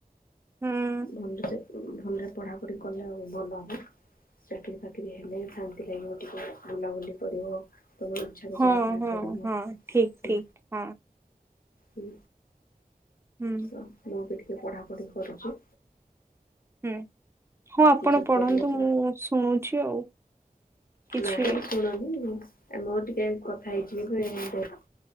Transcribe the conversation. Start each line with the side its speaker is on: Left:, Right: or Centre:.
Right: ହୁଁ
Left: ଭଲରେ ସେ ଭଲରେ ପଢା ପଢି କଲେ ଆଉ ଭଲ ହବ। ଚାକିରି ଫକିରି ହେଲେ ଶାନ୍ତି ଲାଗିବ ଟିକେ ବୁଲାବୁଲି କରିବ। <unintelligible>
Right: ହଁ
Left: ତାହା
Right: ହଁ
Left: କରିବ
Right: ହଁ ଠିକ
Left: ହୁଁ
Right: ଠିକ ହଁ
Left: ହୁଁ
Right: ହୁଁ
Left: ତ ମୁଁ ବି ଟିକିେ ପଢ଼ାପଢ଼ି କରୁଛି।
Right: ହୁଁ ହଁ ଆପଣ
Left: ଜିକେ
Right: ପଢନ୍ତୁ
Left: ଟିକେ
Right: ମୁଁ ଶୁଣୁଛି ଆଉ। କିଛି
Left: ନାଇଁ ଶୁଣନି ଆ ମୁ ଟିକେ କଥା <unintelligible>